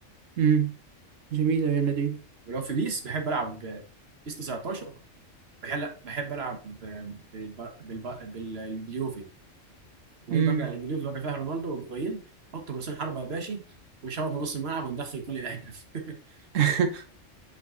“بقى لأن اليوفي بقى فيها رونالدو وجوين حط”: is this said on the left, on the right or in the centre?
Right